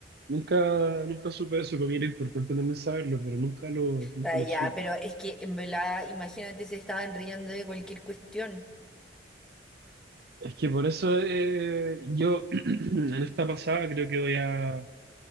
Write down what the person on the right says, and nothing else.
Nunca, nunca supe eso, como era importante también saberlo, pero nunca lo, nunca
lo
supe.
Es que por eso eh, yo <clears throat> en esta pasada creo que voy a,